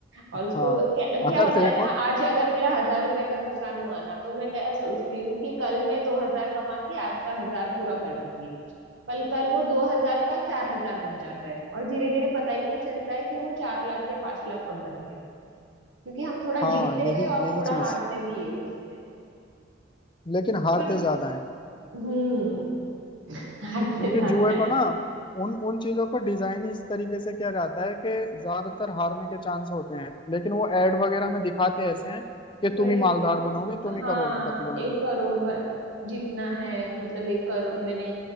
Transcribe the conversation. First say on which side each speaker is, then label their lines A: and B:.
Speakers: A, on the right; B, on the left.
A: और
B: हाँ
A: उसको क्या, क्या
B: अगर
A: होता
B: देखो
A: है ना आज अगर मेरा हजार रुपए का नुकसान हुआ ना तो मैं क्या सोचती हूँ कि कल मैं दो हजार कमा के आज का हजार पूरा कर दूंगी पर कल वो दो हजार का चार हजार बन जाता है और धीरे धीरे पता ही नहीं चलता है कि वो चार लाख या पांच लाख कब बन गया क्योंकि हम थोड़ा जीतते
B: हाँ यही
A: हैं और
B: यही
A: थोड़ा
B: चीज
A: हारते भी है उसमें
B: लेकिन हारते
A: पर
B: ज्यादा हैं
A: हम्म हारते
B: क्योंकि
A: ज्यादा
B: जुए
A: है
B: को ना उन उन चीजों को डिजाइन ही इस तरीके से किया जाता है कि ज्यादातर हारने के चांस होते हैं लेकिन वो
A: हाँ,
B: एड वगैरह में दिखाते ऐसे हैं कि
A: वही
B: तुम ही
A: तो
B: मालदार बनोगे तुम ही
A: हाँ
B: करोड़पति बनोगे
A: एक करोड़ ब- जीतना है मतलब एक करोड़ मैंने